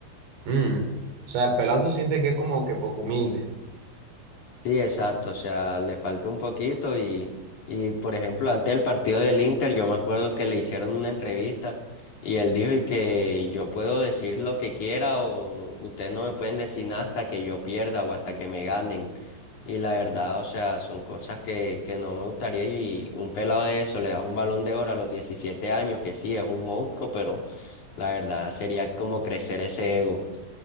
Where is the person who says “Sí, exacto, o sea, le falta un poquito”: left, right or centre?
Left